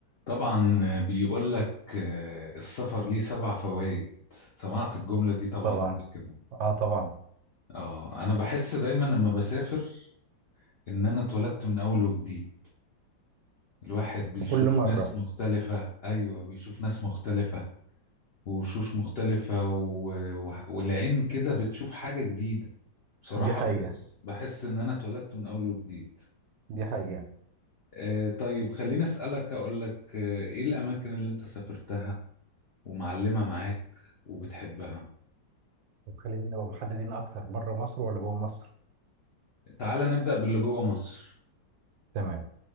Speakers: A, on the left; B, on the right.
A: طبعا بيقول لك آه، السفر ليه سبع فوائد سمعت الجملة دي طبعا
B: طبعا
A: قبل كده
B: اه طبعا
A: اه انا بحس دايما لما بسافر ان انا اتولدت من اول وجديد الواحد بيشوف
B: في كل مرة
A: ناس مختلفة ايوه بيشوف ناس مختلفة وشوش مختلفة و... و... والعين كده بتشوف حاجة جديدة بصراحة
B: دي حقيقة
A: بحس بحس ان انا اتولدت من اول وجديد
B: دي حقيقة
A: آه طيب خليني اسألك اقول لك آه، ايه الاماكن اللي انت سافرتها ومعلمة معاك وبتحبها
B: طب خلينا نبقى محددين اكتر بره مصر ولا جوه مصر
A: تعالى نبدأ باللي جوه مصر
B: تمام